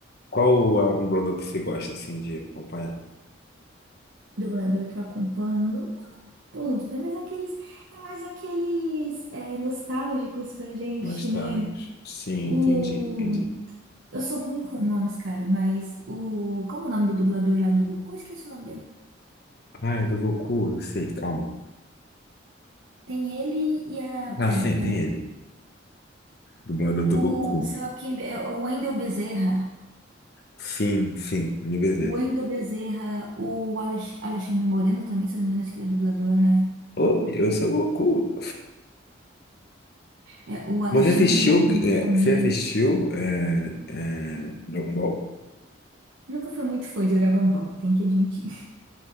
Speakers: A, on the left; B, on the right.
A: qual é um dublador que você gosta, assim, de acompanhar?
B: Dublador que eu acompanho, eu não ponto, né? Mas é aqueles, é mais aqueles é, nostálgicos pra gente,
A: Nostálgico.
B: né?
A: Sim,
B: O...
A: entendi, entendi.
B: Eu sou ruim com nomes, cara, mas o... Como é o nome do dublador lá do Goku? Esqueci o nome dele.
A: Ah, é do Goku, eu sei, calma.
B: Tem ele e a... Pera,
A: Ah, sim,
B: pera.
A: tem ele. Dublador do
B: O,
A: Goku.
B: sei lá, quem... é O Wendel Bezerra.
A: Sim, sim, NBZ.
B: O Wendel Bezerra, o Alex... Alexandre Moreno também, se eu não me engano, acho que ele é dublador, né?
A: Oi, eu sou o Goku.
B: É, o
A: Você
B: Alexandre
A: assistiu,
B: Moreno
A: é,
B: também.
A: você assistiu é, é, Dragon Ball?
B: Nunca fui muito fã de Dragon Ball, tenho que admitir.